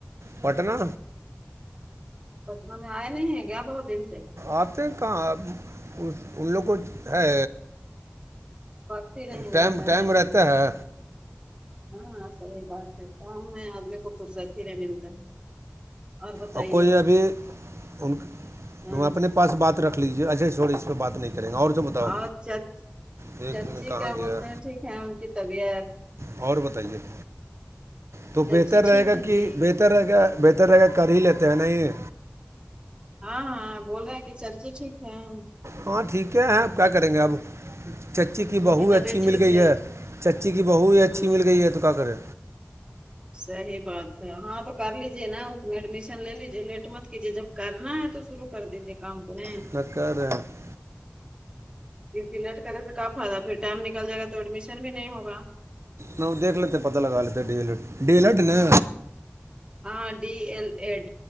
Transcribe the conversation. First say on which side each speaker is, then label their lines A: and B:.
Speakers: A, on the right; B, on the right.
A: پٹنہ
B: پٹنہ میں آئے نہیں ہے گا بہت دن سے
A: آتے کہاں اب اس ان لوگ کو ہے
B: وقت ہی نہیں
A: ٹاںم
B: ملتا
A: ٹائم
B: ہے
A: رہتا
B: نا
A: ہے
B: ہاں صحیح بات ہے کام میں آدمی کو فرصت ہی نہیں ملتا ہے اور بتائیے
A: ا کوئی ابھی انا
B: ہاں
A: اپنے پس بات رکھ لیجیے اجے چھوڑ اسپر بات نہیں کر ںیگے اور تو بتاؤ
B: اورچچ
A: ایک
B: چچی
A: منٹ کہاں
B: کیا
A: گیا
B: بولتے ہیں ٹھیک ہے ان کی طبیعت
A: اور بتائیے تو
B: چچی
A: بہتر رہے
B: ٹھیک
A: گا
B: ہے
A: کہ
B: جی
A: بہتر رہے گا بہتر رہے گا کر ہی لیتے ہیں نہیں یہ
B: ہاں ہاں بول رہے ہیں کہ چچی ٹھیک ہےہم
A: ہاں ٹھیک ہے کیا کریں گے اب چچی کی
B: ان
A: بہو
B: طبیعت
A: اچھی
B: ٹھیک
A: مل گئی ہے چچی کی بہو
B: ہوں
A: ہی اچھی مل گئی ہے تو کیا کرے
B: صحیح بات ہے ہاں تو کر لیجے نا اس میں ایڈمیشن لے لیجے لیٹ مت کیجیے جب کرنا ہے تو شرو کر دیجیے کام کونے
A: <unintelligible>
B: اتنی لیٹ کرنے سے کا فائدہ پھر ٹائم نکل جائے گا تو ایڈمیشن بھی نہیں ہوگا
A: نہیں وہ دیکھ لیتے پتہ لگا لیتے ڈی لٹ ایڈ نے
B: ہاں D L Ed